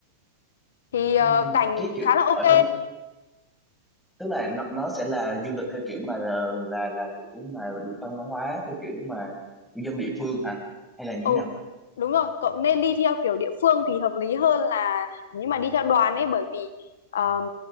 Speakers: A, on the left; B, in the centre.
A: thì ờ,
B: Ừ,
A: cảnh
B: cái kiểu
A: khá là ok
B: ở trong tức là nó, nó sẽ là du lịch theo kiểu mà là là, là kiểu mà văn hóa theo kiểu mà dân địa phương hả? Hay là như
A: Ừ,
B: thế nào?
A: đúng rồi, cậu nên đi theo kiểu địa phương thì hợp lý hơn là nhưng mà đi theo đoàn ấy bởi vì ờm,